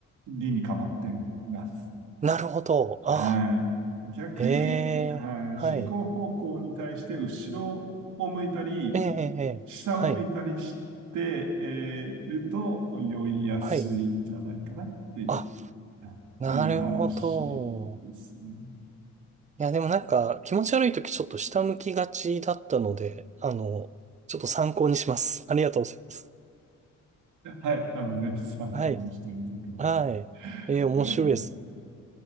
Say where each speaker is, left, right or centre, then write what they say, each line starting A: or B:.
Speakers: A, on the right; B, on the right.
A: 理にかまっています。
B: なるほど。
A: はい。
B: あ、
A: 逆に、
B: ええ、
A: はい。
B: はい。
A: 進行方向に対して後ろを向いたり、
B: ええ、ええ、ええはい、
A: 下を向いたりして、えーると酔いやすいんじゃないかなっていう
B: はい。あ、なるほど。
A: いう話ですね。
B: いや、でもなんか、気持ち悪いときちょっと下向きがちだったので、あの、ちょっと参考にします。ありがとうございます。
A: はい。あの、ぜひ参考にしてみてください。
B: はい、はい。ええ、面白いです。
A: はい。